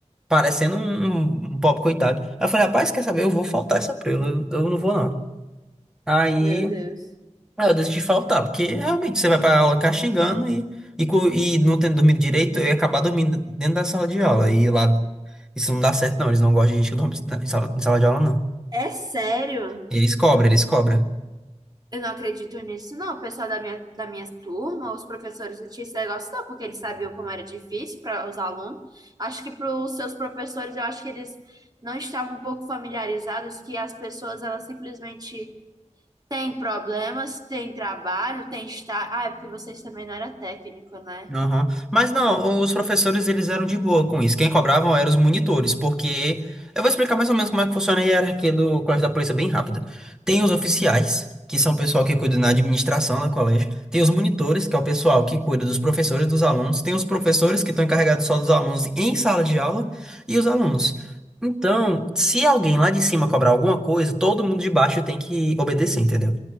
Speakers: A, in the centre; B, on the right.
A: parecendo um, um, um pobre coitado. Aí eu falei, rapaz, quer saber? Eu vou faltar essa prela, eu, eu não vou não. Aí
B: Meu Deus.
A: eu decidi faltar, porque realmente você vai pra aula caxingando e, e, co- e não tendo dormido direito, eu ia acabar dormindo dentro da sala de aula. E lá, isso não dá certo não, eles não gostam de gente que dorme na- em sala, em sala de aula não.
B: É sério?
A: Eles cobram, eles cobram.
B: Eu não acredito nisso, não. O pessoal da minha, da minha turma, os professores do esse negócio não, porque eles sabiam como era difícil para os alunos. Acho que para os seus professores, eu acho que eles não estavam um pouco familiarizados que as pessoas, elas simplesmente têm problemas, têm trabalho, têm estar. Ah, é porque vocês também não eram técnico, né?
A: Aham. Mas não, os professores eles eram de boa com isso. Quem cobravam eram os monitores, porque eu vou explicar mais ou menos como é que funciona a hierarquia do colégio da polícia bem rápida. Tem os oficiais, que são o pessoal que cuida na administração do colégio. Tem os monitores, que é o pessoal que cuida dos professores e dos alunos. Tem os professores que estão encarregados só dos alunos em sala de aula e os alunos. Então, se alguém lá de cima cobrar alguma coisa, todo mundo de baixo tem que obedecer, entendeu?